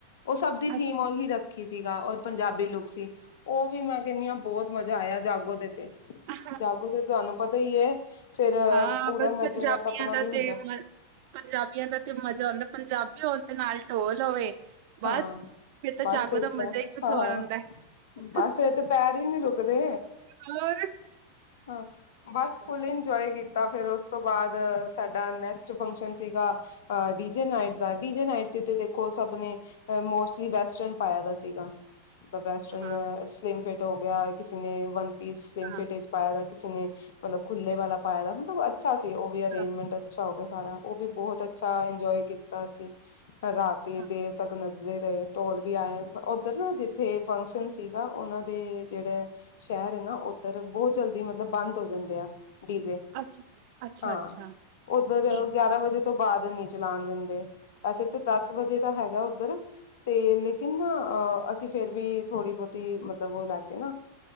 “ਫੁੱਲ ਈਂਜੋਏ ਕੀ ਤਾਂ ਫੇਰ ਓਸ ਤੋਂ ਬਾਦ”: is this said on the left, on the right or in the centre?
Left